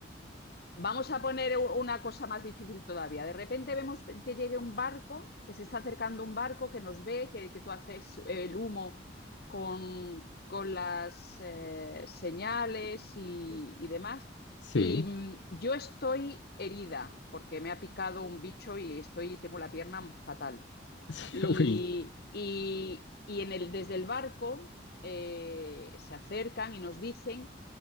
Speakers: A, on the left; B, on the left.
A: Vamos a poner u- una cosa más difícil todavía. De repente vemos que llegue un barco, que se está acercando un barco, que nos ve, que, que tú haces eh, el humo con, con las eh, señales y, y demás.
B: Sí,
A: Y mm, yo estoy herida porque me ha picado un bicho y estoy, tengo la pierna fatal.
B: <laughs> sí,
A: Y,
B: uy,
A: y- y en el, desde el barco eh, se acercan y nos dicen